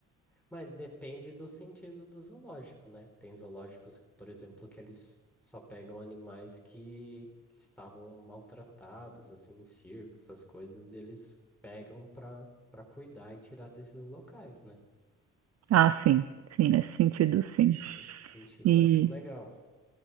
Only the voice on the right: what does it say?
Ah, sim. Sim, nesse sentido, sim.
E